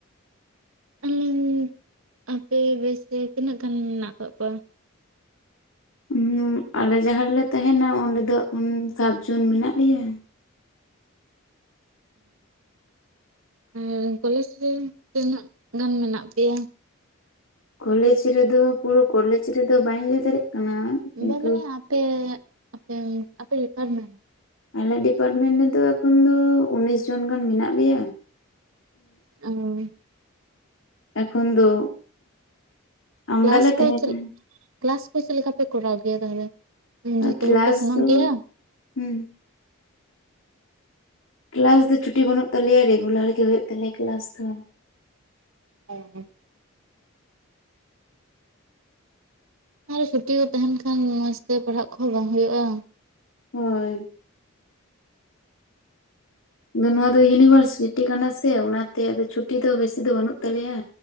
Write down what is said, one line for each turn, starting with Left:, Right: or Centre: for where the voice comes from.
Right: ᱤᱧ <unintelligible> ᱟᱯᱮ ᱵᱮᱪ ᱛᱤᱱᱟᱹᱜ ᱜᱟᱱ ᱢᱮᱱᱟᱜ ᱟᱠᱟᱜ ᱠᱚᱣᱟ
Left: ᱩᱸ ᱟᱞᱮ ᱡᱟᱦᱟᱸ ᱨᱮᱞᱮ ᱛᱟᱦᱮᱱᱟ ᱚᱸᱰᱮ ᱫᱚ ᱥᱟᱛ ᱡᱚᱱ ᱢᱮᱱᱟᱜ ᱞᱮᱭᱟ᱾
Right: ᱚ ᱟᱨ ᱠᱚᱞᱮᱡᱽ ᱨᱮ ᱛᱤᱱᱟᱹᱜ ᱜᱟᱱ ᱢᱮᱱᱟᱜ ᱯᱮᱭᱟ
Left: ᱠᱚᱞᱮᱡᱽ ᱨᱮᱫᱚ ᱯᱩᱨᱟᱹ ᱠᱚᱞᱮᱡᱽ ᱨᱮᱫᱚ ᱵᱟᱹᱧ ᱞᱟᱹᱭ ᱫᱟᱲᱮᱭᱟᱜ ᱠᱟᱱᱟ ᱠᱤᱱᱛᱩ
Right: ᱵᱟᱝ ᱵᱟᱝ ᱟᱯᱮ ᱟᱯᱮ ᱟᱯᱮ ᱰᱤᱯᱟᱨᱢᱮᱱᱴ
Left: ᱟᱞᱮ ᱰᱤᱯᱟᱨᱴᱢᱮᱱᱴ ᱨᱮᱫᱚ ᱮᱠᱷᱚᱱ ᱫᱚ ᱩᱱᱤᱥ ᱡᱚᱱ ᱜᱟᱱ ᱢᱮᱱᱟᱜ ᱞᱮᱭᱟ᱾
Right: ᱚᱸ
Left: ᱮᱠᱷᱚᱱ ᱫᱚ ᱟᱢᱫᱟᱞᱮ
Right: ᱠᱞᱟᱥ
Left: ᱛᱟᱦᱮᱸ
Right: ᱨᱮ ᱪᱮᱫ
Left: ᱠᱟᱱᱟ
Right: ᱠᱞᱟᱥ ᱠᱚ ᱪᱮᱫ ᱞᱮᱠᱟ ᱯᱮ ᱠᱚᱨᱟᱣ ᱜᱮᱭᱟ ᱛᱟᱦᱚᱞᱮ ᱡᱚᱛᱚ
Left: ᱠᱮᱞᱟᱥ
Right: ᱦᱚᱲ ᱯᱮ ᱥᱮᱱᱚᱜ
Left: ᱫᱚ
Right: ᱜᱮᱭᱟ
Left: ᱦᱩᱸ ᱠᱞᱟᱥ ᱫᱚ ᱪᱷᱩᱴᱤ ᱵᱟᱹᱱᱩᱜ ᱛᱟᱞᱮᱭᱟ ᱨᱮᱜᱩᱞᱟᱨ ᱜᱮ ᱦᱩᱭᱩᱜ ᱛᱟᱞᱮᱭᱟ ᱠᱞᱟᱥ ᱫᱚ᱾
Right: ᱦᱮ ᱟᱨ ᱪᱷᱩᱴᱤ ᱠᱚ ᱛᱟᱦᱮᱸᱱ ᱠᱷᱟᱱ ᱢᱚᱸᱡᱽ ᱛᱮ ᱯᱟᱨᱦᱟᱜ ᱠᱚᱦᱚᱸ ᱵᱟᱝ ᱦᱩᱭᱩᱜᱼᱟ
Left: ᱦᱚᱭ ᱟᱫᱚ ᱱᱚᱣᱟ ᱫᱚ ᱤᱭᱩᱱᱤᱵᱷᱟᱨᱥᱤᱴᱤ ᱠᱟᱱᱟ ᱥᱮ ᱚᱱᱟᱛᱮ ᱟᱫᱚ ᱪᱷᱩᱴᱤ ᱫᱚ ᱵᱮᱥᱤ ᱫᱚ ᱵᱟᱹᱱᱩᱜ ᱛᱟᱞᱮᱭᱟ᱾